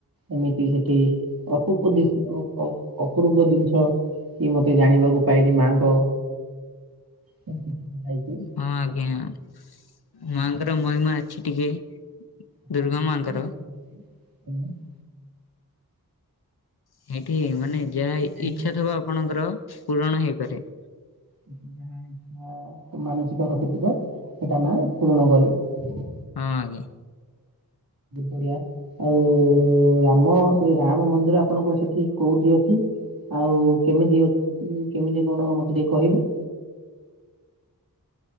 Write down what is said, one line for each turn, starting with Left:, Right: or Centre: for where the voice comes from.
Right: ଏମିତି ସେଠି ଅପଦ <unintelligible> ଅପୂର୍ବ ଜିନିଷ କି ମତେ ଜାଣିବାକୁ ପାଇଲି ମାଙ୍କ କି <unintelligible>
Left: ହଁ ଆଜ୍ଞା ମାଙ୍କର ମହିମା ଅଛି ଟିକେ।
Right: <unintelligible>
Left: ଦୁର୍ଗା ମାଙ୍କର। ସେଇଠି
Right: ଆପଣଙ୍କ
Left: ମାନେ ଯାହା
Right: ସେଠି ଯାଇକି
Left: ଇଚ୍ଛା ଥବ ଆପଣଙ୍କର ପୂରଣ ହେଇପାରେ।
Right: ହ <unintelligible> ମାନସିକ ରଖିଥିବ ସେଇଟା ନା ପୂରଣ କରିବେ।
Left: ହଁ ଆଜ୍ଞା।
Right: ବଢିଆ। ଆଉ ରାମ ସେ ରାମ ମନ୍ଦିର ଆପଣଙ୍କର ସେଠି କୋଉଠି ଅଛି? ଆଉ କେମିତି ଅ କେମିତି କଣ ମତେ ଟିକେ କହିବେ?